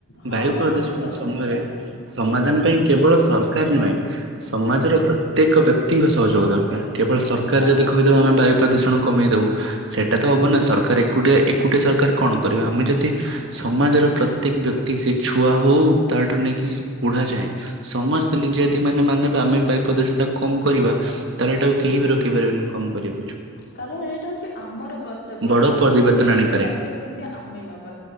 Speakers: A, on the left; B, on the right.
A: ହଁ
B: ବାୟୁ
A: ହଁ
B: ପ୍ରଦୂଷଣ
A: ସତ କଥା
B: ସମୟରେ
A: ଏଇଟା
B: ସମାଧାନ ପାଇଁ କେବଳ ସର ଦରକାର ନୁହେଁ ସମାଜର ପ୍ରତ୍ୟେକ ବ୍ୟକ୍ତିଙ୍କ ସହଯୋଗ ଦରକାର। କେବଳ ସରକାର
A: କାରଣ
B: ଯଦି କହିଦବ ଆମେ ବାୟ ପ୍ରଦୂଷଣ କମେଇଦବୁ ସେଇଟା ତ ହବ ନା ସରକାର ଏକୁଟିଆ ଏକୁଟିଆ ସରକାର କଣ କରିବା ଆମେ ଯଦି ସମାଜର ପ୍ରତ୍ୟେକ ବ୍ୟକ୍ତି ସେ ଛୁଆ ହଉ ତାଠୁ ନେଇକି ବୁଢାଯାଏ ସମସ୍ ସେ ନିଜେ ଯଦି ମାନେ ମାନେ ବା ଆମେ ବାୟୁ ପ୍ରଦୂଷଣ ଟା କମ କରିବା ତାହଲେ ଏଇଟା କେହି ବି ରଖିପାରିବନି କମ୍ କରିବା।
A: କାରଣ ଏଇଟା ହଉଛି ଆମର କର୍ତ୍ତବ୍ୟ।
B: ବଡ
A: ଆମ
B: ପରିବର୍ତ୍ତନ
A: ପରିବେଶର
B: ଆଣିପାରେ।
A: ଦାୟିତ୍ବ କେମତି ଆମେ ନବା